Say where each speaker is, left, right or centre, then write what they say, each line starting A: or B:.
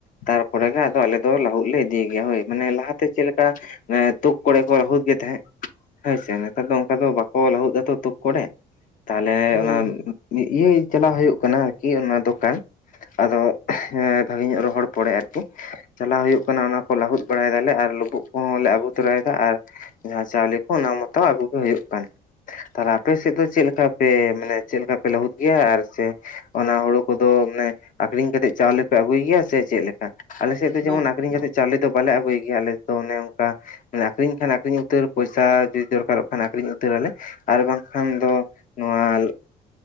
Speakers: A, on the left (about 50°); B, on the left (about 70°).
A: ᱛᱟᱨ ᱯᱚᱨᱮ ᱟᱫᱚ, ᱟᱞᱮ ᱫᱚ, ᱞᱟᱹᱦᱩᱫ ᱞᱮ, ᱤᱫᱤᱭ ᱜᱮᱭᱟ ᱾ ᱦᱳᱭ ᱢᱟᱱᱮ, ᱞᱟᱦᱟ ᱛᱮ ᱪᱮᱫ ᱞᱮᱠᱟ ᱛᱩᱠ ᱠᱚᱨᱮ ᱠᱚ, ᱞᱟᱹᱦᱩᱫ ᱜᱮ ᱛᱟᱦᱮᱸᱜ ᱦᱳᱭ ᱥᱮ, ᱱᱮᱛᱟᱨ ᱫᱚ ᱚᱱᱠᱟ ᱫᱚ, ᱵᱟᱠᱚ ᱞᱟᱹᱦᱩᱫ ᱫᱟᱛᱚ ᱛᱩᱠ ᱠᱚᱨᱮ ᱛᱟᱦᱚᱞᱮ,
B: ᱦᱳᱭ
A: ᱚᱱᱟ
B: ᱜᱚᱝᱠᱮ
A: ᱤᱭᱟᱹ ᱪᱟᱞᱟᱣ ᱦᱳᱭᱳᱜ ᱠᱟᱱᱟ, ᱟᱨᱠᱤ ᱚᱱᱟ ᱫᱚᱠᱟᱱ, ᱟᱫᱚ, ᱮᱜᱼᱦᱮᱢ, ᱵᱷᱟᱜᱤ ᱧᱚᱜ ᱨᱚᱦᱚᱲ ᱯᱚᱲᱮ, ᱟᱨᱠᱤ ᱪᱟᱞᱟᱣ ᱦᱳᱭᱳᱜ ᱠᱟᱱᱟ, ᱚᱱᱟ ᱠᱚ ᱞᱟᱹᱦᱩᱫ ᱵᱟᱲᱟᱭ ᱮᱫᱟ ᱞᱮ, ᱟᱨ ᱞᱳᱵᱳᱜ ᱠᱚᱦᱚᱸ ᱞᱮ, ᱟᱹᱜᱩ ᱛᱚᱨᱟ ᱭᱮᱫᱟ ᱟᱨ ᱡᱟᱦᱟᱸ ᱪᱟᱣᱞᱮ ᱠᱚ, ᱚᱱᱟ ᱢᱚᱛᱚ ᱟᱹᱜᱩ ᱜᱮ ᱦᱳᱭᱳᱜ ᱠᱟᱱ ᱾ ᱛᱟᱦᱞᱮ, ᱟᱯᱮ ᱥᱮᱫ ᱫᱚ, ᱪᱮᱫ ᱞᱮᱠᱟ ᱯᱮ, ᱢᱟᱱᱮ ᱪᱮᱫ ᱞᱮᱠᱟ ᱯᱮ, ᱞᱟᱹᱦᱩᱫ ᱜᱮᱭᱟ, ᱟᱨ ᱥᱮ, ᱚᱱᱟ ᱦᱳᱲᱳ ᱠᱚᱫᱚ, ᱢᱟᱱᱮ ᱟᱠᱷᱨᱤᱧ ᱠᱟᱛᱮᱜ, ᱪᱟᱣᱞᱮ ᱯᱮ ᱟᱹᱜᱩᱭ ᱜᱮᱭᱟ, ᱥᱮ ᱪᱮᱫ ᱞᱮᱠᱟ? ᱟᱞᱮ ᱥᱮᱫ ᱫᱚ,
B: ᱵᱟᱝ
A: ᱡᱮᱢᱚᱱ ᱟᱠᱷᱨᱤᱧ ᱠᱟᱛᱮᱫ ᱪᱟᱣᱞᱮ ᱫᱚ, ᱵᱟᱞᱮ ᱟᱹᱜᱩᱭ ᱜᱮᱭᱟ, ᱟᱞᱮ ᱫᱚ, ᱚᱱᱮ ᱚᱱᱠᱟ ᱢᱟᱱᱮ, ᱟᱠᱷᱨᱤᱧ ᱠᱷᱟᱱ ᱟᱹᱠᱷᱨᱤᱧ ᱩᱛᱟᱹᱨ, ᱯᱚᱭᱥᱟ ᱡᱩᱫᱤ ᱫᱚᱨᱠᱟᱨᱚᱜ ᱠᱷᱟᱱ ᱟᱹᱷᱨᱤᱧ ᱩᱛᱟᱹᱨ ᱟᱞᱮ ᱾ ᱟᱨ ᱵᱟᱝᱠᱷᱟᱱ ᱫᱚ, ᱱᱚᱣᱟ ᱟᱸᱻ